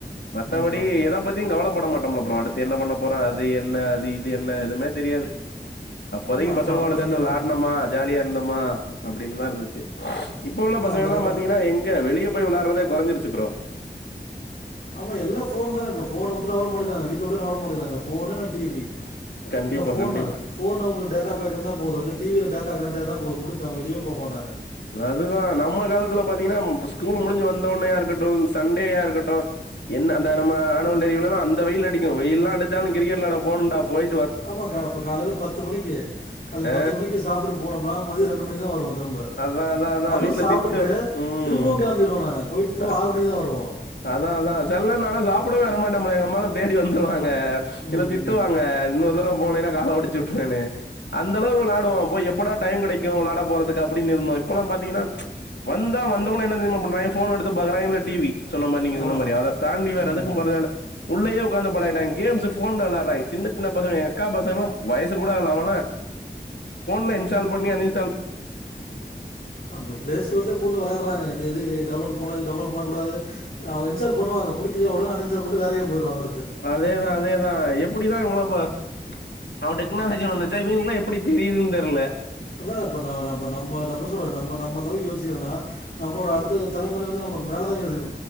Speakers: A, on the left; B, on the left.
A: மத்தபடி
B: ம் ஆமா.
A: எத பத்தியு கவலப்பட மாட் டம் ப்ரோ அடுத்து என்ன பண்ண போறோ அது என்ன அது இது என்ன எதுமே தெரியாது அப்போதைக்கு
B: ஆமா. அப்ப
A: பசங்களோட
B: அப்ப
A: சேந்து
B: நீங்க
A: வெளாடுனமா ஜாலியா இருந்தம்மா அப்பிடின்தா இருந்துச்சு இப்ப உள்ள
B: அதான்
A: பசங்க
B: அந்த
A: எல்லா
B: கட்ட
A: பாத்திங்கனா எங்க வெளிய போய் விளாடுறதே கொறஞ்சிருச்சு ப்ரோ
B: ஆமா எல்லா ஃபோன் தானே இப்ப ஃபோன வுட்டு நவரமாட்டங்கறாங்க வீட்ட வுட்டு நவரமாட்டங்கறாங்களே ஃபோனு இல்லனா டி வி
A: கண்டிப்பா
B: இல்ல ஃபோனு
A: கண்டிப்பா
B: ஃபோன்ல உங்ளுக்கு டேட்டா பேக் இருந்தா போது இல்ல டி வி ல டேட்டா கனெக்ட் இருந்தா போது முடிஞ்ச்சு அவங்க வெளியவே போவ மாட்டாங்க
A: அதுதா நம்ம காலத்துல பாத்திங்னா ஸ்கூல் முடிஞ்சு வந்தோன்னையா இருக்கட்டு சண்டேயா இருக்கட்டு என்ன அந்த நம்ம ஆனுவல் டே லீவுலலா அந்த வெயில் அடிக்கு வெயில்லா அடிச்சாலு கிரிக்கெட் விளாட போனுன்டா போயி
B: ஆமா கா இப்ப காலைல பத்து மணிக்கு காலைல
A: ஆ
B: பத்து மணிக்கு சாப்ட்டு போனம்னா மதிய ரெண்டு மணிக்குதா வருவோ திரும்ப
A: அதா அதா அதா
B: அதுவும்
A: வீட்ல
B: சாப்பிட்டுட்டு
A: திட்டு ம்
B: திரும்பவும் கிளம்பிடுவோம் நாங்கள் போயிட்டு திரும்ப
A: அ
B: ஆறு மணிக்கு தான் வருவோம்
A: அதா அதா செல்ல நாலும் சாப்புடவே வர மாட்டா போலையே எங்கம்மால்லா தேடி வந்துருவாங்க
B: ம்
A: இதுல திட்டுவாங்க
B: ம்
A: இன்னொ தட போனன்னா கால ஒடிச்ச விட்ருவேன்னு அந்த அளவுக்கு விளாடுவோ இப்போ எப்படா டைம் கெடைக்கு விளாட போறதுக்கு அப்டின்னு இருந்தோ இப்பல்லா பாத்தீங்கன்னா வந்தா வந்தவொன்னே என்னா தெரியுமா பண்ணுவாய்ங்க போன் எடுத்து பாக்குறா இல்ல டி வி சொன்ன மாரி நீங்க
B: அவ்வளோதான்
A: சொன்ன மாரி அத தாண்டி வேற
B: ம்
A: எதுக்கு போறதேல்ல உள்ளயே உக்காந்து பழகிட்டாய்ங்க கேம்ஸ்ஷு போன்லளாடுறாங்க சின்ன சின்ன பசங்க எங்கக்கா பசங்கலா வயசு கூட ஆகல அவன்லா போன்ல இன்ஷால் பண்ணி அன்இன்
B: அப்ப பிளே ஸ்டோர்லயே பூந்து வெளாடுறாங்க இந்த எது டவுன்லோட் டவுன்லோட் பண்ணக்கூடாது அவங்க இன்ஸால் பண்ணுவாங்க புடிக்கலயா ஒடனே அன்இன்சால் பன்னிட்டு வேற கேம் போய்டுவாங்க
A: அதேதா அதேதா எப் அப்படிதா இவ்ளப்ப ந டெக்னாலஜி வந்துச்சா எல்லா எப்டி தெரியுதுன்னு தெரியல
B: அதா இப்ப ந ந நம்ம நம்ம சொல்லுங்க நம்ம நம்ம அந்தளவுக்கு யோசிக்கிறோனா நம்மளோட அடுத்த தலைமுறை வந்து நமக்கு மேலதா யோசிக்க